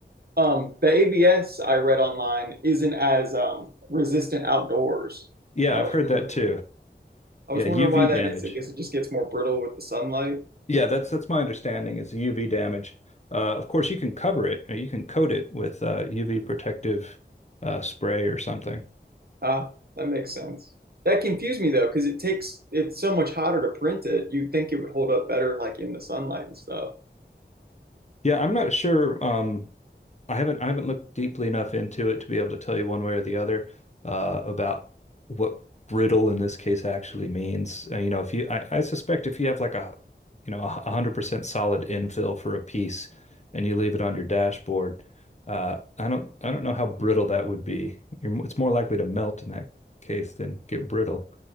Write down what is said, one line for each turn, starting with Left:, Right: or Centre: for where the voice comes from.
Right: Um, the ABS I read online isn't as um resistant outdoors,
Left: Yeah,
Right: and I
Left: I've
Right: was
Left: heard that
Right: wondering
Left: too.
Right: I was
Left: Yeah,
Right: wondering
Left: UV
Right: why that
Left: damage.
Right: is. I guess it just gets more brittle with the sunlight.
Left: Yeah, that's that's my understanding is UV damage. Uh, of course, you can cover it. You can coat it with uh, UV protective uh, spray or something.
Right: Ah, that makes sense. That confused me though, because it takes it's so much hotter to print it. You'd think it would hold up better like in the sunlight and stuff.
Left: Yeah, I'm not sure. Um, I haven't I haven't looked deeply enough into it to be able to tell you one way or the other uh, about what brittle in this case actually means. Uh, you know, if you I, I suspect if you have like a you know a hundred percent solid infill for a piece and you leave it on your dashboard, uh, I don't I don't know how brittle that would be. You're, it's more likely to melt in that case than get brittle,